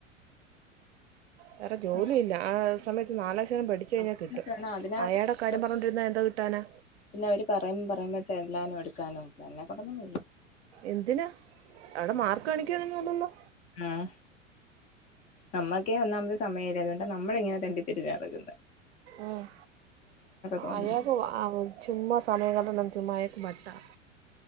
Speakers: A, on the right; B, on the left.
A: വേറെ ജോലിയില്ല
B: ഞാൻ
A: ആ സമയത്ത് നാലക്ഷരം പഠിച്ചു കഴിഞ്ഞാ
B: അവിടെ
A: കിട്ടും
B: നിന്നിട്ട് വേണം അതിനകത്ത്
A: അയാടെ ഇക്കാര്യം പറഞ്ഞണ്ടോരുന്ന എന്തോ കിട്ടാനാ
B: പിന്നെ അവര് പറയുമ്പ പറയുമ്പോ ചെല്ലാനും എടുക്കാനും എന്നെ കൊണ്ടാന്നുവയ്യ
A: എന്തിനാ അവിടെ മാർക്ക് കാണിക്കാനൊന്നുമല്ലല്ലോ
B: ആഹ് നമ്മക്കേ ഒന്നാമത് സമയല്ല ന്നിട്ട നമ്മള് ഇങ്ങനെ തെണ്ടിതിരിഞ്ഞ് നടക്കുന്നേ
A: ഏഹ്
B: തോണ്ടുന്നു
A: അയാക് ചുമ്മാ സമയങ്ങള നമ്മ ചുമ്മാ അയാക്ക് വട്ടാ